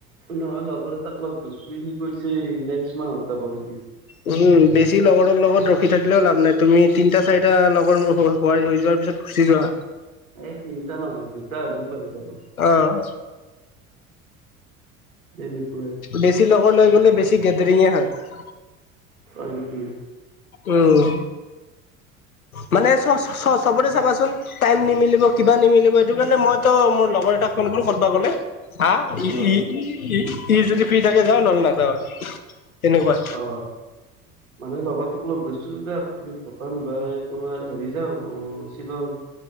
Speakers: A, on the right (about 70°); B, on the left (about 80°).
A: নহয়, লগৰ এটাক লগত ধৰিছোঁৱে, সি কৈছে, নেক্সট মাহত যাব বুলি কৈছে।
B: উম! বেছি লগৰৰ লগত ৰখি থাকিলেও লাভ নাই। তুমি, তিনটা-চাৰিটা লগৰ লগ হ'বা। <unintelligible> হৈ যোৱাৰ পিছত গুচি যোৱা।
A: এই তিনিটা নহয়, দুটা হ'লেও পাৰি যাব।
B: অ'!
A: তেনেকুৱাই।
B: বেছি লগৰ লৈ গ'লে, বেছি গেডেৰিঙে হয়।
A: হয় নিকি?
B: উম! মানে, চ-চবতে চাবাচোন? টাইম নিমিলিব, কিবা নিমিলিব। সেইটোকাৰণে মইতো মো লগৰ এটাক ফোন কৰোঁ, ক'ৰবাত গ'লে। <unintelligible>
A: অ
B: <unintelligible> ই যদি ফ্ৰী থাকে যাওঁ। নহ'লে নাযাওঁ, তেনেকুৱাই।
A: অ মানে, লগৰটোক লগ ধৰিছিলোঁ যে, আজি প্ৰথমবাৰ তোমাৰ সেৰি যাওঁ, শ্বিলং।